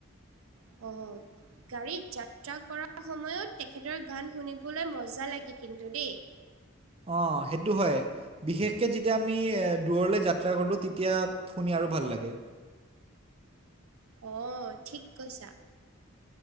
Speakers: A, on the right (about 25°); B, on the right (about 80°).
A: <inaudible>
B: অ গাড়ীত যাত্ৰা কৰাৰ সময়ত তেখেতৰ গান শুনিবলৈ মজা লাগে কিন্তু দেই।
A: অ সেইটো হয়। বিশেষকে যেতিয়া আমি দূৰলৈ যাত্ৰা কৰো তেতিয়া শুনি আৰু ভাল লাগে।
B: অ ঠিক কৈছা।